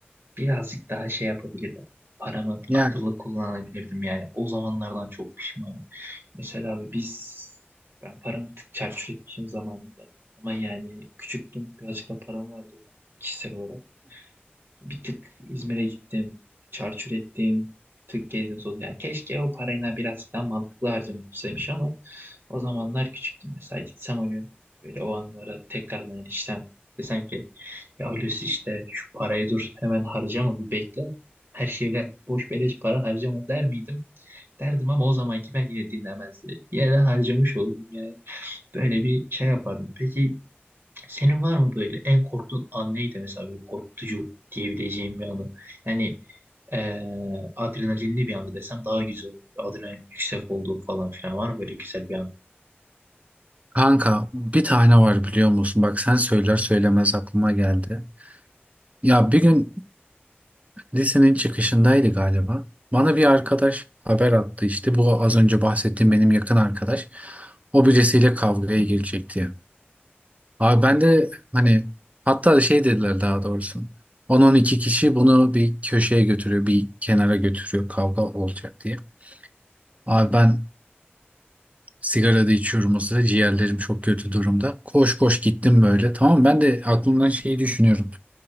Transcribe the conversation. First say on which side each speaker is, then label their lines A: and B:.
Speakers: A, on the right (about 65°); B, on the right (about 35°).
A: birazcık daha şey yapabilirdim. Paramı
B: Yani
A: akıllı kullanabilirdim yani. O zamanlardan çok pişmanım. Mesela abi biz ben paramı tık çarçur etmişim zamanında. Ama yani küçüktüm, birazcık da param vardı o zaman kişisel olarak. Bir tık İzmir'e gittim. Çarçur ettim. Bir tık gezdim tozdum. Yani keşke o parayla biraz daha mantıklı harcamışsaymış ama o zamanlar küçüktüm. Mesela gitsem o gün böyle o anlara tekrardan erişsem desem ki ya Hulusi işte şu parayı dur hemen harcama bir bekle. Her şeyler boş beleş para harcama der miydim? Derdim ama o zamanki ben yine dinlemezdi. Yine de harcamış oldum yani. Böyle bir şey yapardım. Peki senin var mı böyle en korktuğun an neydi mesela böyle korkutucu diyebileceğim bir anı? Yani eee, adrenalinli bir anı desem daha güzel olur. Adrenalin yüksek olduğu falan filan var mı böyle güzel bir anı?
B: kanka bir tane var biliyor musun? Bak sen söyler söylemez aklıma geldi. Ya bir gün Lisenin çıkışındaydı galiba. Bana bir arkadaş haber attı işte. Bu az önce bahsettiğim benim yakın arkadaş. O birisiyle kavgaya girecek diye. Abi ben de hani hatta şey dediler daha doğrusu. On-on iki kişi bunu bir köşeye götürüyor, bir kenara götürüyor kavga olacak diye. Abi ben sigara da içiyorum o sıra ciğerlerim çok kötü durumda. Koş koş gittim böyle tamam mı? ben de aklımdan şeyi düşünüyorum.